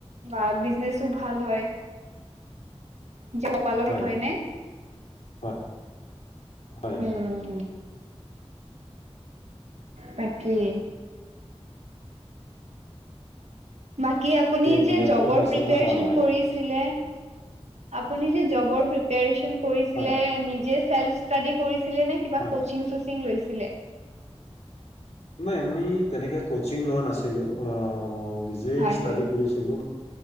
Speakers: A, on the right; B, on the left.
A: বা বিজনেচো ভাল হয় <unintelligible>
B: হয়
A: হয়নে।
B: হয় হয়।
A: উম উম তাকেই বাকী আপুনি
B: ডিনাৰটো
A: যে যবৰ
B: হৈছে
A: প্ৰিপাৰেচন
B: নে হোৱা নাই
A: কৰিছিলে আপুনি যে জবৰ প্ৰিপাৰেচন কৰিছিলে
B: হয়
A: নি যে চেল্ফ ষ্টাডি কৰিছিলে নে কিবা
B: হয়
A: কচিং চচিং লৈছিলে?
B: নাই আমি তেনেকে কচিং লোৱা নাছিলোঁ অ'‌ যে
A: হয়
B: ষ্টাডি
A: হয়।
B: কৰিছিলো